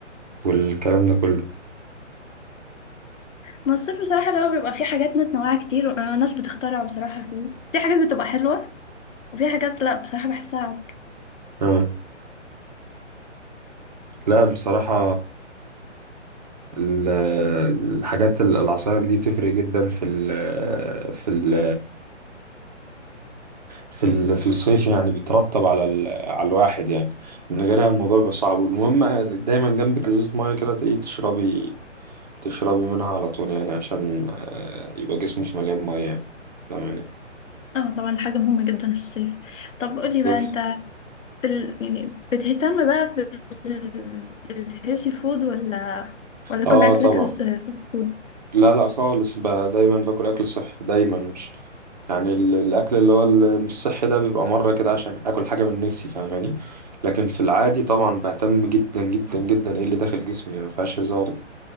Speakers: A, on the right; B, on the left.
A: والكلام ده كله
B: ما الصيف بصراحة لو بيبقى فيه حاجات متنوعة كتير وناس بتخترع بصراحة فيه. في حاجات بتبقى حلوة وفي حاجات لا بصراحة بحسها
A: آه. لا بصراحة ال- الحاجات ال- العصاير دي تفرق جدا في ال... في ال... في ال- في الصيف يعني بيترتب على ال... على الواحد يعني من غيرها الموضوع بيبقى صعب والمهم دايما جنبك ازازة مية كده تلاقيه تشربي تشربي منها على طول يعني عشان آه، يبقى جسمك مليان مية يعني فاهم يعني؟
B: اه طبعا دي حاجة مهمة جدا في الصيف طب قولي بقى
A: بالظبط
B: انت في ال... يعني بتهتم بقى بال... بالهيلثي فود ولا ولا
A: اه
B: كل اكلك
A: طبعا
B: هس- فاست فود
A: لا لا خالص بقى دايما باكل اكل صحي دايما مش يعني ال- الاكل اللي هو ال- مش صحي ده بيبقى مرة كده عشان اكل حاجة من نفسي فاهماني لكن في العادي طبعا بهتم جدا جدا جدا ايه اللي داخل جسمي يعني مفيهاش هزار دي